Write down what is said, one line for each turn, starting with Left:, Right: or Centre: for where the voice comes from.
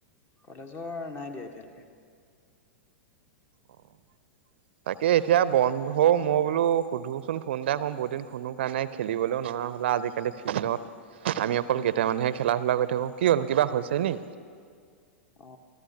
Left: কলেজৰ নাই দিয়া এতিয়ালৈকে।
Right: অ' তাকে এতিয়া বন্ধও, মই বোলো সুধোচোন ফোন এটা কৰো বহুত দিন ফোনো কাৰ নাই খেলিবলৈ না হ'লে আজিকালি ফিল্ডত আমি অকল কেইটা মানহে খেলা ধূলা কৰি থাকো, কি হ'ল কিবা হৈছে নি?
Left: অ